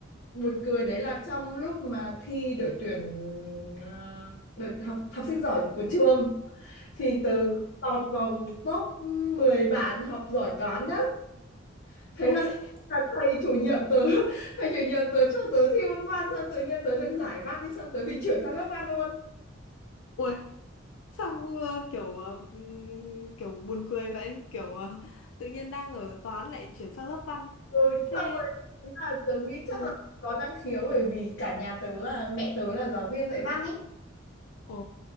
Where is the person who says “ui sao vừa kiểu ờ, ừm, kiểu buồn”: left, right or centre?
Left